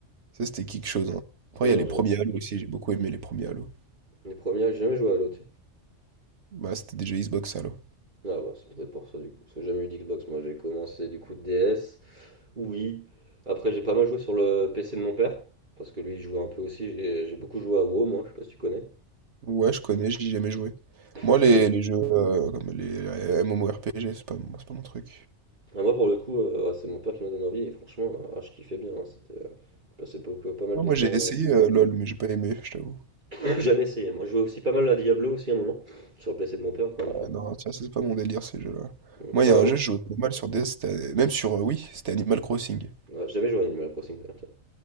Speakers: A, on the right; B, on the right.
A: Ça, c'était quelque chose. hein. Après,
B: Ah
A: il y a
B: non,
A: les
B: j'ai
A: premiers Halo aussi. J'ai beaucoup aimé les premiers Halo.
B: les premiers, j'ai jamais joué à l'autre.
A: Bah, c'était déjà Xbox Halo.
B: Ah bah, c'est peut-être pour ça du coup. Parce que j'ai jamais eu d'Xbox, moi j'ai commencé du coup DS, oui. Après j'ai pas mal joué sur le PC de mon père, parce que lui il jouait un peu aussi, j'ai j'ai beaucoup joué à WoW moi, je sais pas si tu connais.
A: Ouais, je connais, j'y ai jamais joué.
B: <laughs>
A: Moi, les,
B: J'ai-
A: les jeux euh, comme les, les MMORPG, c'est pas, moi, c'est pas mon truc.
B: Ah, moi pour le coup, euh, ouais, c'est mon père qui m'a donné envie, et franchement, euh, ah, je kiffais bien, hein, c'était euh, je passais beaucoup, pas mal
A: Non,
B: de
A: moi,
B: temps.
A: j'ai essayé euh, LoL, mais j'ai pas aimé, je t'avoue.
B: <laughs> J'ai jamais essayé, moi je jouais aussi pas mal à Diablo aussi à un moment, sur le PC de mon père encore une
A: Ouais,
B: fois.
A: non, tiens, c'est pas mon délire, ces jeux-là.
B: Mm.
A: Moi,
B: Bah
A: il y a un
B: ouais,
A: jeu, je jouais pas mal sur DS, c'était- même sur euh, Wii, c'était Animal Crossing.
B: Ouais, j'ai jamais joué à Animal Crossing d'ailleurs, tiens.